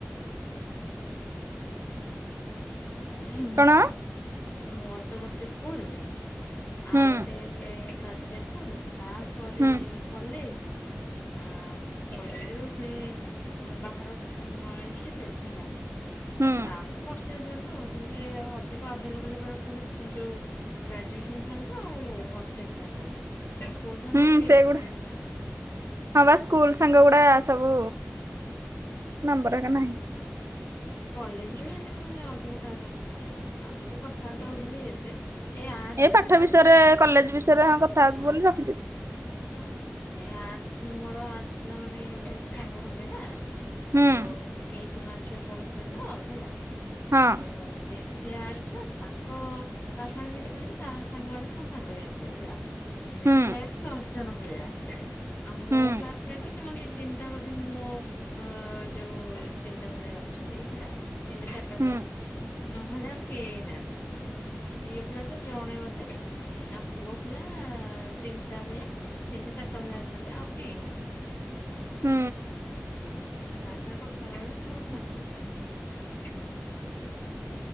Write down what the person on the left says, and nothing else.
ହୁଁ।
ମୋର ତ ଗୋଟେ ସ୍କୁଲ୍
ଆଉ ଗୋଟେ ଗାର୍ଲସ ହାଇ ସ୍କୁଲ୍। ତାପରେ
ଯାଇକି କଲେଜ୍। ଆହୁ କଲେଜ୍ ରୁ ପୁଣି ଉଁ, ବାହାର ଉଁ, ଇନଷ୍ଟିଚୁଟ ହେଲା।
ତାପରେ ହସ୍ ଷ୍ଟେଲ ସାଙ୍ଗ। କିନ୍ତୁ ଏ ଆ, ଅଧିକ ଆଭେଲେବଲ୍ ଅଛନ୍ତି ଯୋଉ ଗ୍ରାଜୁଏସନ୍ ସାଙ୍ଗ ଆଉ ହଷ୍ଟେଲ୍ ସାଙ୍ଗ। ସ୍କୁଲ୍ ସାଙ୍ଗ
ମୋର କେହି
ଜଣେ ବି ନାହାନ୍ତି।
କଲେଜ୍ ରେ ଏମତି ମୁ ଏ ଅଧେ କାହାର ରଖିନି ଆଉ। ଆଗରୁୁ କଥାବାର୍ତ୍ତା ହଉଥିଲି ଏତେ ଏ ଆର୍ଟସ
ମାନେ
ହଁ,
ହଁ,
ହଁ। ଏ ଆର୍ଟସ୍ ମୋର ଆର୍ଟସ୍ ପିଲା ମାନେ ବହୁତ ସାଙ୍ଗ ହୁଅନ୍ତି ନା।
ମୋର ପିଇ ସିମା ଝିଅ ପଢ଼ୁଥିଲେ ତ। ହେଲା
ତ ସେ ସେ ଆର୍ଟସ୍ ଛେ ତାଙ୍କ ତା ସାଙ୍ଗରେ ମିଶିବେନି ତା ସାଙ୍ଗ ମାନେ ମୋ ସାଙ୍ଗ ହେଇଥିବେ ହେଲା। ଏମିତି
କହିବାକୁ ଗଲେ ଦଶ ଜଣ ଭଳିଆ। ଆଉ ମୋ
କ୍ଲାସମେଟ୍ ସେମାନେ ଦି ତିନିଟା ବୋଧେ ମୋ ଅ, ଯୋଉ ତିନିଟା ଭଳିଆ। ଅଛନ୍ତି। ହେଲା ତିନିଟା ଚାରଟା
ଭଳିଆ। ନହେଲେ ଆଉ କେହି ନାହାନ୍ତି ଝିଅ ପିଲା ତ ଜଣେ ଅଧେ। ଆ ପୁଅ ପିଲା ତିନିଟା ଭଳିଆ ତିନିଟା ଚାରଟା ଭଳିଆ ଅଛନ୍ତି। ଆଉ କେହି ନାହାନ୍ତି।
ହୁଁ, ଭାଇ ସାଙ୍ଗେ କଥା ହବା ବି ମୋର ନାହିଁ।